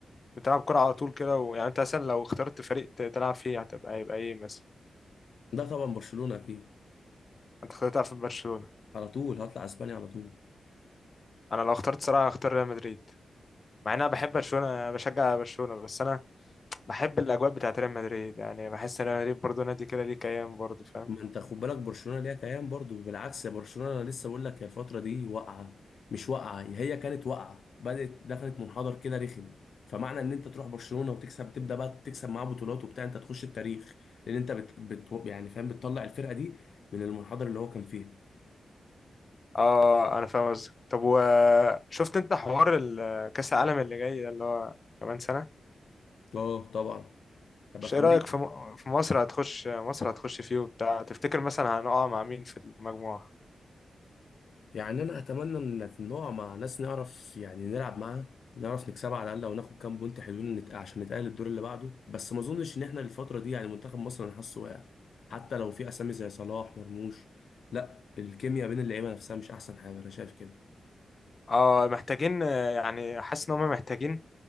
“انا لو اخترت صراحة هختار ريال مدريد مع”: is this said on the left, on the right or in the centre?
Left